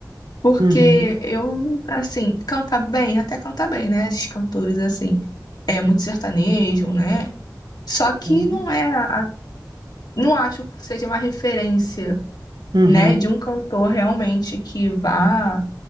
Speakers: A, on the left (about 65°); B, on the right (about 75°).
A: porque
B: Uhum,
A: eu, assim, cantar bem, até cantar bem, né? Esses cantores, assim, é muito sertanejo, né? Só que
B: uhum,
A: não é, a- não acho que seja uma referência,
B: uhum,
A: né, de um cantor realmente que vá